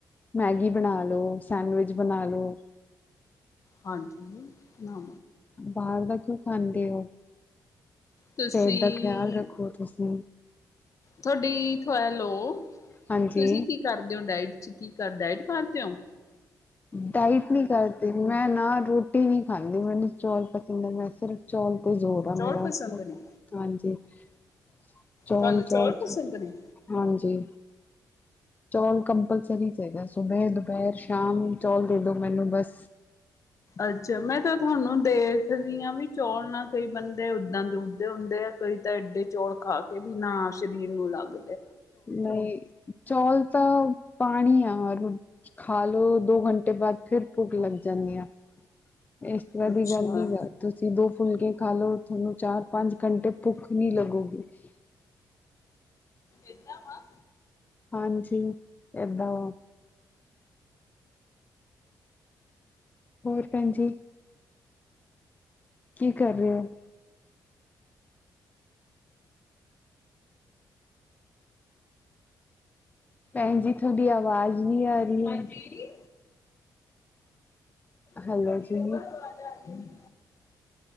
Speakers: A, on the left (about 20°); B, on the left (about 45°).
A: ਮੈਗੀ ਬਣਾ ਲਓ ਸੈਂਡਵਿਚ ਬਣਾ ਲਓ।
B: ਹਾਂਜੀ। ਆ।
A: ਬਾਹਰ ਦਾ ਖਾਂਦੇ ਹੋ।
B: ਤੁਸੀਂ
A: ਸਿਹਤ ਦਾ ਖਿਆਲ ਰੱਖੋ ਤੁਸੀਂ
B: ਤੁਹਾਡੀ ਲੋ
A: ਹਾਂਜੀ
B: ਤੁਸੀਂ ਕੀ ਕਰਦੇ ਹੋ ਡਾਇਟ ਕੀ ਕਰਦਾ ਇਹ ਕਰਦੇਓ
A: ਡਾਇਟ ਨਹੀਂ ਕਰਦੇ ਮੈਂ ਨਾ ਰੋਟੀ ਨਹੀਂ ਖਾਣੀ ਕਿੰ ਮੈਨੂੰ ਚੌਲ ਪਸੰਦ ਹੈ। ਮੈਂ ਸਿਰਫ ਚੌਲ ਜ਼ੋਰ ਆ
B: ਚੌਲ
A: ਮੇਰਾ,
B: ਪਸੰਦ ਨੇ
A: ਹਾਂਜੀ। <unintelligible> ਚੋਲ-ਚੋਲ
B: ਤੁਹਾਨੂੰ ਚੌਲ ਪਸੰਦ ਨੇ
A: ਹਾਂਜੀ। ਚੌਲ ਕੰਪਲਸਰੀ ਚਾਹੀਦਾ ਸੁਬੇ ਦੁਪਹਿਰ ਸ਼ਾਮ ਚੌਲ ਦੇ ਦੋ ਮੈਨੂੰ ਬਸ।
B: ਅੱਛਾ ਮੈਂ ਤਾਂ ਤੁਹਾਨੂੰ ਦੇਖਦੀ ਹਾਂ ਵੀ ਚੌਲ ਨਾ ਕਈ ਬੰਦੇ <inaudible> ਦਾਂ ਦਦੇ ਹੁੰਦੇ ਆ ਤੁਸੀ ਤਾਂ ਏਡੇ ਚੌਲ ਖਾ ਕੇ ਵੀ ਨਾ ਸਰੀਰ ਨੂੰ ਲੱਗ
A: ਨਹੀਂ ਚੌਲ। ਤਾਂ ਪਾਣੀ ਹੈ ਔਰ ਖਾ ਲੋ ਦੋ ਘੰਟੇ ਬਾਅਦ ਫਿਰ ਭੁੱਖ ਲੱਗ ਜਾਂਣੀ ਆ। ਇਸ ਤਰ੍ਹਾਂ
B: ਅੱਛਾ।
A: ਦੀ ਗੱਲ ਨ ਹੈ ਤੁਸੀਂ ਦੋ ਫੁਲਕੇ ਖਾ ਲਓ ਤੁਹਾਨੂੰ ਚਾਰ ਪੰਜ ਘੰਟੇ ਭੁੱਖ ਨਹੀਂ ਲੱਗੁਗੀ। <unintelligible>
B: ਇਦਾ ਵਾ
A: ਹਾਂਜੀ ਏਦਾਂ ਵ ਹੋਰ ਭਣਜੀ ਕੀ ਕਰ ਰਹੇ ਹੋ? ਭੈਣਜੀ ਤੁਹਾਡੀ ਆਵਾਜ਼ ਨੀ ਆ ਰਹੀ
B: ਹਾਂਜੀ
A: ਏ,
B: ਜੀ
A: ਹੈਲੋ
B: ਤੁਹਾਡੀ
A: ਜੀ,
B: ਡਬਲ ਆਵਾਜ਼ ਆ ਰਹੀ ਹੈ